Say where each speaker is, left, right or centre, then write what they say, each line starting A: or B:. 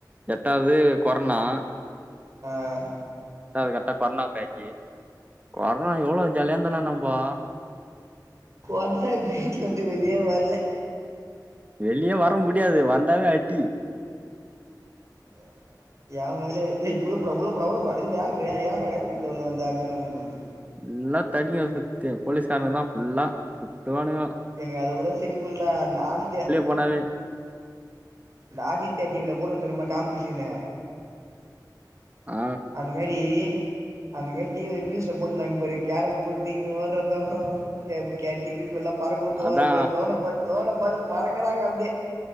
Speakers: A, on the right; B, on the right.
A: எட்டாவது கொரோனா
B: ஆ
A: எட்டாவது கரெக்ட் கொரோனா பேட்ச் கொரோனா எவ்வளவு ஜலிய தானா நம்போ
B: கொரோனா வீட்ல இருந்து வெளியே வரல
A: வெளியே வர முடியாது வந்தாவே அடி
B: அப்படியா எ மேலே ஏ உள்ளப் போடா உள்ள போட உள்ள போட இருயார வேறக்கு வந்த யாரா கேட்டு உள்ள வந்த அப்படின்னு போல இருக்கு
A: புல்லா தடிய சுத்தி போலீஸ்காரன் தா ஃபுல்லா சுத்தவானு
B: எனக்கு அது கூட சிரிப்புளதா அந்த ஆதி
A: போனவே
B: இந்த ஆதித்யா டிவில போடுவா தெரியுமா காமடி சீன்நே
A: ஆ
B: அது மாதரி அந்த மாதிரி டி வில நியூஸ் போட்டுந்தாங்க பாரு கேரம் போ தூக்கிட்டு ஓடுறது கே கிரிக்கெட் பால்ல பறக்க விட்டு
A: அதா
B: ஓடுறது டரோன ப ட்ரோன் பாத்து பறக்கறாங்க அப்படியே